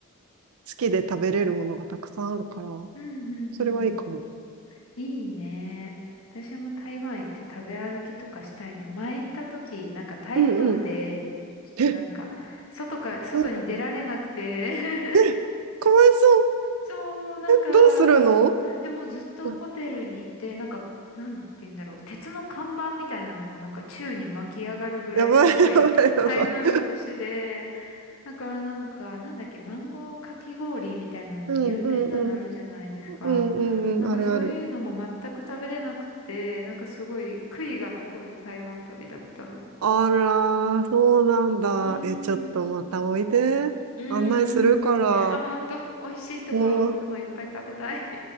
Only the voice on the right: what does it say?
好きで食べれるものがたくさんあるから、
それはいいかも。
うんうん。え、
なん、
え、かわいそう。
どうするの
<laughs>
やばいやばいやばい。
うんうんうん。うんうんうん。
あるある。
あら、そうなんだ。
え、ちょっとまたおいで。
案内するから。
も